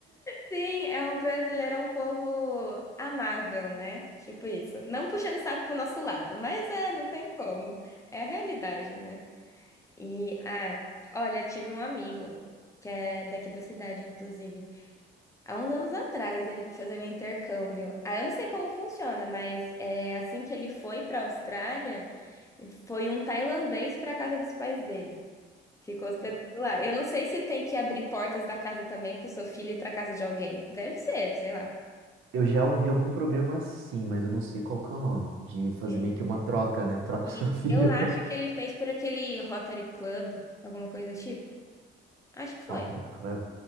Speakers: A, on the left; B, on the right.
A: Sim, é um brasileiro, é um povo amável, né? Tipo isso. Não puxando saco pro nosso lado, mas é, não tem como. É a realidade, né? E, ah, olha, tive um amigo, que é daqui da cidade, inclusive. Há uns anos atrás, ele foi fazer um intercâmbio. Ah, eu não sei como funciona, mas é, assim que ele foi pra Austrália, foi um tailandês pra casa dos pais dele. Ficou hospedado lá. Eu não sei se tem que abrir portas da casa também para o seu filho ir para casa de alguém. Deve ser, sei lá.
B: Eu já ouvi algum programa assim, mas eu não sei qual que é o nome, de fazer
A: É.
B: meio que uma troca, né, troca
A: Isso.
B: o seu filho.
A: Eu acho
B: <laughs>
A: que ele fez por aquele Rotary Club, alguma coisa do tipo. Acho que foi.
B: Potter Club.